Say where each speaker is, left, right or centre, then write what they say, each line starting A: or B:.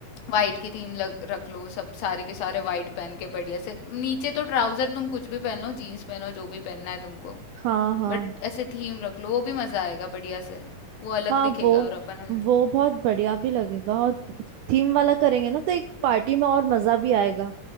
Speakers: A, on the left; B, on the right.
A: वाइट की थीम लग, रख लो सब सारे के सारे वाइट पहन के बढ़िया से नीचे तो ट्राउजर तुम कुछ भी पहन लो जीन्स पहनो जो भी पहनना है तुमको
B: हाँ हाँ
A: बट ऐसे थीम रख लो वो भी मजा आएगा बढ़िया से वो अलग
B: हाँ
A: दिखेगा
B: वो
A: और अपन अलग-
B: वो बहुत बढ़िया भी लगेगा और थीम वाला करेंगे ना तो एक पार्टी में और मजा भी आएगा